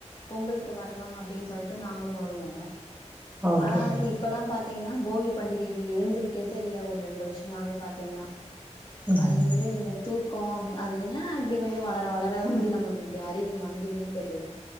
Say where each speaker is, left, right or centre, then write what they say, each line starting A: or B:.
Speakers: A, on the left; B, on the right.
A: பொங்கல்க்கு வர்லா அப்டின் சொல்ட்டு நாங்களு வருவோ
B: ஓகே
A: ஆனா வந்து
B: மேம்
A: இப்பல்லா பாத் தீங்கனா போகி பண்டிகைக்கு எழுந்திருக்கதே இல்ல ஒர் ரெண்டு வருஷமாவே பாத்தீங்னா
B: ம்
A: அது வந்து இந்த தூக்கோ அப்டி அது ஏ அப்டி வந்து வளர வளர வந்து நமக்கு இப்டி அறிவு மங்குதுன் தெர்ல